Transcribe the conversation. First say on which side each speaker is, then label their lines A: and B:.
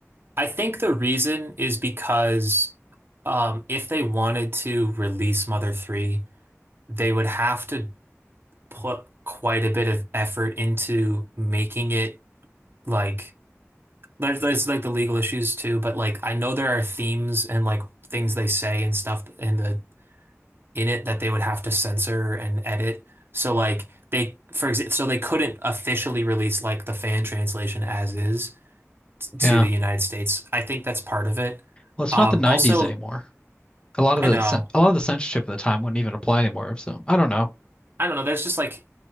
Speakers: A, on the right (about 45°); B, on the left (about 20°).
A: I think the reason is because um, if they wanted to release Mother 3, they would have to put quite a bit of effort into making it like there's, there's like the legal issues too, but like I know there are themes and like things they say and stuff in the in it that they would have to censor and edit. So like they for example, so they couldn't officially release like the fan translation as is to
B: Yeah.
A: the United States. I think that's part of it.
B: Well, it's
A: Um,
B: not the 90s
A: also,
B: anymore. A lot
A: I
B: of the
A: know.
B: cen- a lot of the censorship at the time wouldn't even apply anymore, so I don't know.
A: I don't know. There's just like